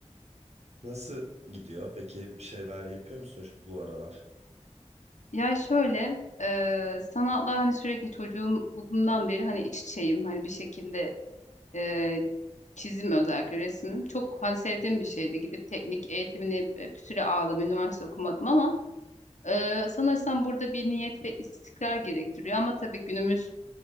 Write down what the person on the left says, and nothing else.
Ya şöyle, e, sanatla hani sürekli çocukluğumdan beri hani iç içeyim. Hani bir şekilde e, çizim özellikle resim. Çok hani sevdiğim bir şeydi. Gidip teknik eğitimini e, bir süre aldım. Üniversite okumadım ama e, sanırsam burada bir niyet ve istikrar gerektiriyor. Ama tabii günümüz